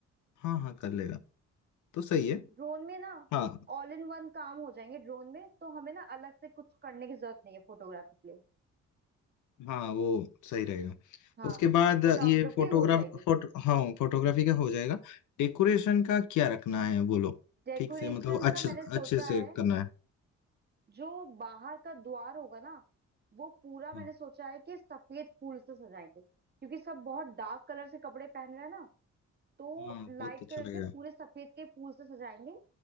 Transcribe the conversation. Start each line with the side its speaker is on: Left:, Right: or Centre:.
Left: हाँ हाँ कर लेगा तो सही है
Right: ड्रोन में ना
Left: हाँ
Right: ऑल इन वन काम हो जाएंगे ड्रोन में तो हमें ना अलग से कुछ करने की जरूरत नहीं है फोटोग्राफी के लिए
Left: हाँ वो सही रहेगा
Right: हाँ
Left: उसके बाद
Right: फोटोग्राफी
Left: ये फोटोग्राफ
Right: हो जाएगी
Left: फोटो हाँ फोटोग्राफी का हो जाएगा डेकोरेशन का क्या रखना है बोलो
Right: डेकोरेशन
Left: ठीक से मतलब अच्छे
Right: का मैंने सोचा
Left: अच्छे से
Right: है
Left: करना है
Right: जो बाहर का द्वार होगा ना वो पूरा मैंने
Left: हाँ
Right: सोचा है कि सफेद फूल से सजाएंगे क्योंकि सब बहुत डार्क कलर से कपड़े पहन रहे हैं ना तो
Left: हाँ
Right: लाइट
Left: बहुत अच्छा
Right: कलर
Left: लगेगा
Right: के पूरे सफेद के फूल से सजाएंगे